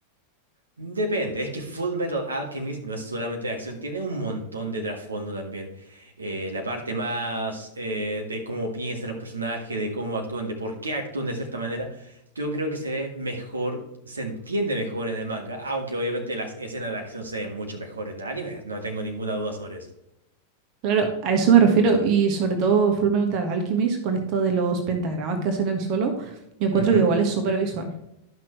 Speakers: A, on the right; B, on the right.
A: Depende, es que Full Metal Alchemist no es solamente de acción, tiene un montón de trasfondo también. Eh, la parte más eh, de cómo piensan los personajes, de cómo actúan, de por qué actúan de cierta manera, yo creo que se ve mejor, se entiende mejor en el manga, aunque obviamente las escenas de acción se ven mucho mejor en el anime, no tengo ninguna duda sobre eso.
B: Claro, a eso me refiero. Y sobre todo Full Metal Alchemist, con esto de los pentagramas que hacen el solo, yo encuentro
A: Ujú.
B: que igual es súper visual.